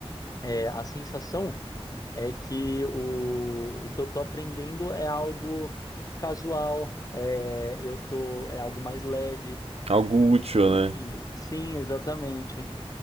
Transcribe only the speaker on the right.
algo útil,
né?